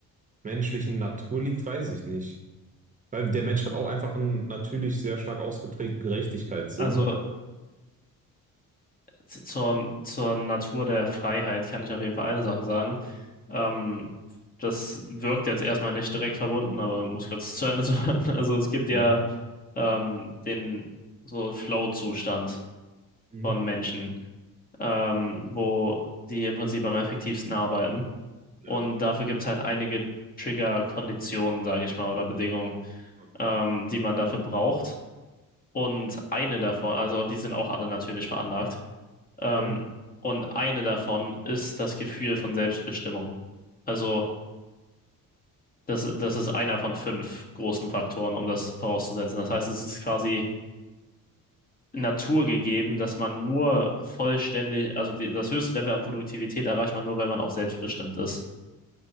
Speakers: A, on the right (about 25°); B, on the left (about 25°).
A: menschlichen Natur liegt, weiß ich nicht. Weil der Mensch hat auch einfach einen natürlich sehr stark ausgeprägten Gerechtigkeitssinn.
B: Also Z- Zur, zur Natur der Freiheit kann ich auf jeden Fall eine Sache sagen. Ähm, das wirkt jetzt erstmal nicht direkt verbunden, aber muss kurz zu Ende zu hören. <laughs> Also es gibt ja
A: Ja.
B: ähm, den so Flow-Zustand
A: Mhm.
B: von Menschen, ähm, wo die im Prinzip am effektivsten arbeiten.
A: Ja,
B: Und dafür gibt es halt einige Trigger-Konditionen, sage ich mal, oder Bedingungen,
A: okay.
B: ähm, die man dafür braucht. Und eine davon, also und die sind auch alle natürlich veranlagt. Ähm,
A: Okay.
B: und eine davon ist das Gefühl von Selbstbestimmung. Also, das, das ist einer von fünf großen Faktoren, um das vorauszusetzen. Das heißt, es ist quasi naturgegeben, dass man nur vollständig, also die, das höchste Level an Produktivität erreicht man nur, wenn man auch selbstbestimmt ist.